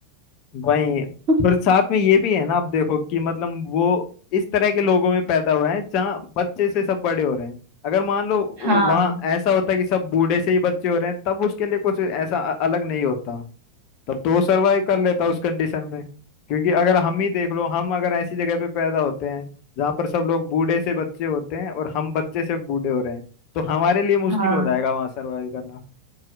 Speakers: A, on the left; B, on the right.
A: वही
B: <laughs>
A: फिर साथ में ये भी है ना आप देखो कि मतलब वो इस तरह के लोगों में पैदा हुए हैं जहाँ बच्चे से सब बड़े हो रहे हैं अगर मान लो
B: हाँ
A: वहाँ ऐसा होता है कि सब बूढ़े से ही बच्चे हो रहे हैं तब उसके लिए कुछ ऐसा अ- अलग नहीं होता तब तो वो सरवाइव कर लेता उस कंडीशन में क्योंकि अगर हम ही देख लो हम अगर ऐसी जगह पे पैदा होते हैं जहाँ पर सब लोग बूढ़े से बच्चे होते हैं और हम बच्चे से बूढ़े हो रहे हैं तो हमारे लिए मुश्किल
B: हाँ
A: हो जाएगा वहां सरवाइव करना